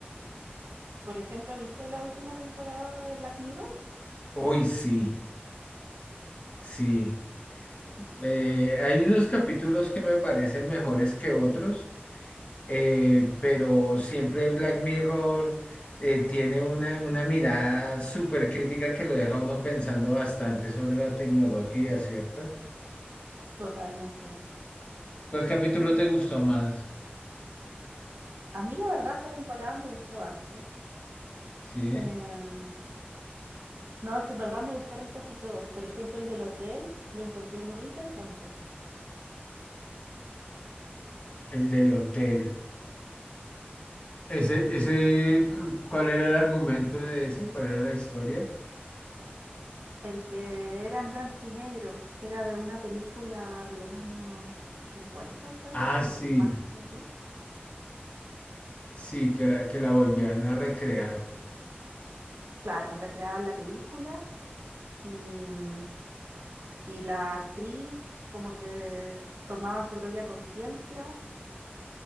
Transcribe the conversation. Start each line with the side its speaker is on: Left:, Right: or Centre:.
Right: Por ejemplo, ¿viste la última temporada de Black Mirror?
Left: Uy, sí, sí. Eh, hay unos capítulos que me parecen mejores que otros, eh, pero siempre Black Mirror eh, tiene una, una mirada súper crítica que lo deja a uno pensando bastante sobre la tecnología, ¿cierto?
Right: Totalmente.
Left: ¿Cuál capítulo te gustó más?
Right: A mí la verdad esta temporada me gustó harto.
Left: Sí,
Right: Em, no, es que en verdad me gustaron casi todos. Por ejemplo, el del hotel lo encontré muy interesante.
Left: el del hotel. Ese, ese, cu- ¿cuál era el argumento de ese? ¿Cuál era la historia?
Right: El que era en blanco y negro, que era de una película de los años 50, puede
Left: Ah,
Right: ser,
Left: sí,
Right: o más antiguo.
Left: sí, que la, que la volvían a recrear.
Right: Claro, recreaban la película. Y mm, y la actriz como que tomaba su propia conciencia.